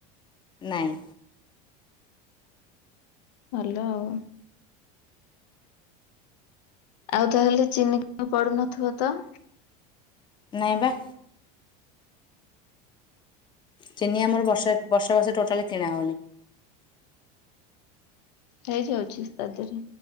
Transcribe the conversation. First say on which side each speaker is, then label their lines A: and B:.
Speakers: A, on the left; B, on the left.
A: ନାଇଁ।
B: ଭଲ ଆଉ ଆଉ ତାହେଲେ ଚିନି ଫିନି ପଡୁନଥିବ ତ?
A: ନାଇଁବା। ଚିନି ଆମର ବର୍ଷ ବର୍ଷ ବର୍ଷ ଟୋଟାଲି କିଣା ହେଉନି।
B: ହେଇଯାଉଛି ତା ଦେହରେ